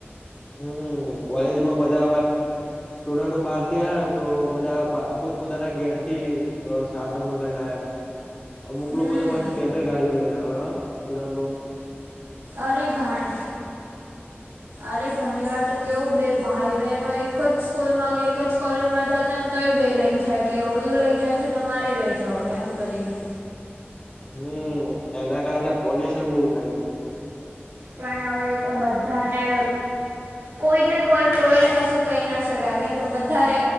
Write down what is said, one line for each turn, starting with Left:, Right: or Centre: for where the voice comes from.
Left: હમ, કોલેજમાં બધાં આવે? સ્ટુડન્ટો બહારથી આ ને તો બધા પોતપોતાના ઘેરથી સાધનો લઈને આવે, અમુક
Right: હમ
Left: લોકો તો પાછા બે-બે ગાડીઓ લઈને આવે સ્ટુડન્ટ.
Right: અરે ઘણા. અરે ઘણી વાર તો કેવું બે ભાઈ-બહેનો એક જ સ્કૂલમાં કે, એક જ કોલેજમાં જતા તો એ બે લઈને જાય કે, ઓલું લઈ જાય છે, તો મારે લઈ જવું એમ કરીને.
Left: હમ, એના કારણે પોલ્યુશન બહુ થાય.
Right: પણ હવે તો બધાને. કોઈને કોઈ, કોઈને કશું કહી ના શકાય, કેમ કે બધાએ